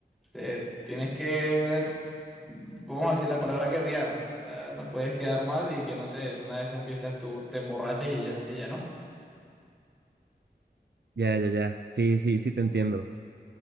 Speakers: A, in the centre; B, on the right.
A: Te- tienes que, vamos a decir la palabra guerrear. O sea, no puedes quedar mal y que, no sé, en una de esas fiestas tú te emborrachas y ella, y ella no.
B: Ya, ya, ya. Sí, sí, sí te entiendo.